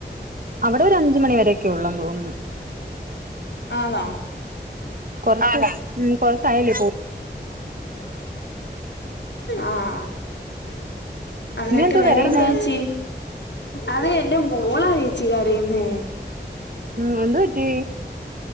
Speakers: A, on the right; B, on the left.
A: അവിടെ ഒരു അഞ്ച് മണിവരെയൊക്കെ ഉള്ളന്ന് തോന്നുന്നു
B: ആന്നോ
A: കൊറച്ച് ഉം കൊറച്ചായല്ലേ പോ
B: ആഹ് എന്നിട്ട്
A: കുഞ്ഞെന്തോ
B: വേറെന്താ
A: കരയുന്നേ
B: ചേച്ചി അത് എന്റെ മോളാ ചേച്ചി കരയുന്നേ
A: ഉം എന്തുപ്പറ്റി